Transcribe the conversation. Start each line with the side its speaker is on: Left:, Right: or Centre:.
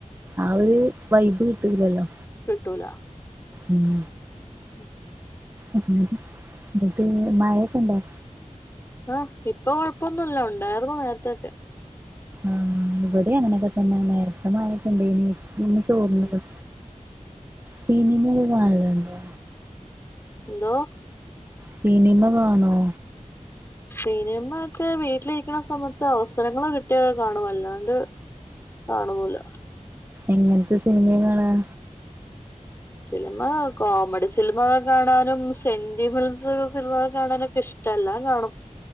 Right: ആ ഒരു വൈബ് കിട്ടൂലല്ലോ
Left: കിട്ടൂലാ
Right: ഉം
Left: ഉം
Right: എന്ന് എന്നട്ട് മയെക്ക ഇണ്ടോ
Left: ആഹ് ഇപ്പൊ കൊഴപ്പൊന്നുല്ല ഉണ്ടായിരുന്നു നേരത്തെയൊക്കെ
Right: ആഹ് ഇവടേ അങ്ങനൊക്കെ തന്നെ നേരത്തെ മഴയൊക്കെ ഇണ്ടേനീ ഇന്ന് തോർന്ന്ക്ക്ണ്
Left: ഉം
Right: സിനിമേക്ക കാണല്ണ്ടോ
Left: എന്തോ
Right: സിനിമ കാണോ
Left: സിനിമ ഒക്കെ വീട്ടിലിരിക്ക്ണ സമയത്ത് അവസരങ്ങള് കിട്ടിയ കാണും അല്ലാണ്ട് കാണൊന്നുല്ല
Right: എങ്ങനത്തെ സിനിമയാ കാണ് ആ
Left: സിലിമ കോമഡി സിൽമ കാണാനും സെന്റിമെൻസ് സിൽമ കാണാനൊക്ക് ഇഷ്ടെല്ലാം കാണും